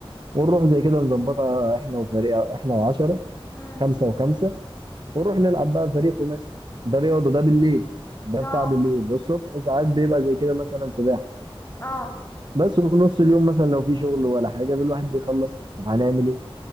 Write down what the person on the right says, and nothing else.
ونروح زي كده نظبطها احنا وفريق احنا و10
خمسة وخمسة ونروح نلعب بقى فريق خماسي ده رياضه ده بالليل ده
بتاع بالليل الصبح ساعات بيبقى زي كده مثلا سباحه
بس وفي نص اليوم مثلا لو في شغل ولا حاجه الواحد بيخلص طب هنعمل ايه